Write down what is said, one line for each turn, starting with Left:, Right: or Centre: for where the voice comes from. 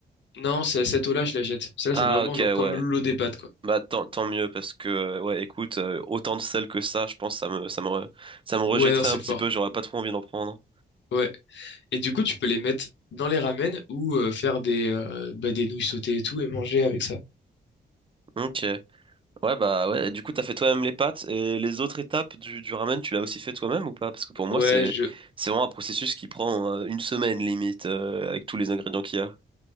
Left: Non, c'est- cette eau-là, je la jette. Celle-là,
Right: Ah
Left: c'est vraiment
Right: ok,
Left: genre comme
Right: ouais.
Left: l'eau des pâtes, quoi.
Right: Bah tant, tant mieux parce que euh, ouais écoute euh, autant de sel que ça je pense ça me ça me re- ça me rejetterait
Left: Ouais, non, c'est
Right: un petit
Left: fort.
Right: peu j'aurais pas trop envie d'en prendre.
Left: Ouais. Et du coup, tu peux les mettre dans les ramen ou euh, faire des, euh, bah, des nouilles sautées et tout et manger avec ça.
Right: Ok ouais bah ouais du coup t'as fait toi-même les pâtes et les autres étapes du, du ramen tu l'as aussi fait toi-même ou pas? Parce que pour moi
Left: Ouais,
Right: c'est
Left: je...
Right: c'est vraiment un processus qui prend euh, une semaine limite euh, avec tous les ingrédients qu'il y a.